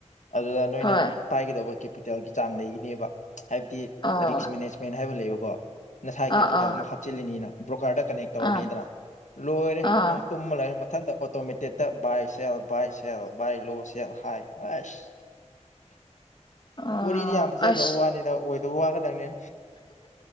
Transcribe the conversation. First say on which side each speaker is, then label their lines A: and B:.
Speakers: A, on the left; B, on the left.
A: ꯑꯗꯨꯗ ꯅꯣꯏꯅ
B: ꯍꯣꯏ
A: ꯄꯥꯏꯒꯗꯧꯕ ꯀꯦꯄꯤꯇꯦꯜꯒꯤ ꯆꯥꯡ ꯂꯩꯒꯅꯦꯕ ꯍꯥꯏꯕꯗꯤ
B: ꯑꯣ
A: ꯔꯤꯁ꯭ꯛ ꯃꯦꯅꯦꯖꯃꯦꯟ ꯍꯥꯏꯕ ꯂꯩꯕꯀꯣ꯫ ꯅꯁꯥꯏ
B: ꯑꯥ
A: ꯀꯦꯄꯤꯇꯦꯜ
B: ꯑꯥ
A: ꯑꯃ ꯍꯥꯞꯆꯤꯜꯂꯤꯅꯤꯅ ꯕ꯭ꯔꯣꯀꯔꯗ ꯀꯅꯦꯛ ꯇꯧꯔꯅꯤꯗꯅ
B: ꯑꯥ
A: ꯂꯣꯏꯔꯦ
B: ꯑꯥ
A: ꯅꯪ꯫ ꯇꯨꯝꯃ ꯂꯩꯔ ꯃꯊꯟꯗ ꯑꯣꯇꯣꯃꯦꯇꯤꯛꯇ ꯕꯥꯏ ꯁꯦꯜ ꯕꯥꯏ ꯁꯦꯜ ꯕꯥꯏ ꯂꯣ ꯁꯦꯜ ꯍꯥꯏ ꯑꯁ
B: ꯑꯣ
A: ꯋꯥꯔꯤꯗꯤ ꯌꯥꯝ ꯐꯖꯈ꯭ꯔꯥꯕ
B: ꯑꯁ
A: ꯋꯥꯅꯤꯗ ꯑꯣꯏꯗꯕ ꯋꯥ ꯈꯠꯇꯪꯅꯦ꯫